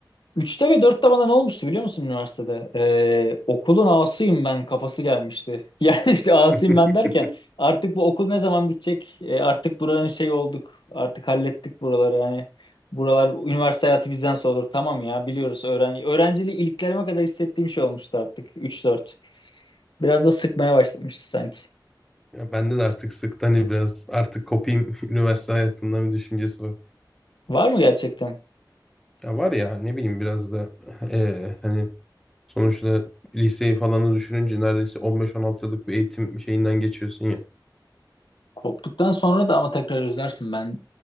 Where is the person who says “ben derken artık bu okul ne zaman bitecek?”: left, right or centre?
Left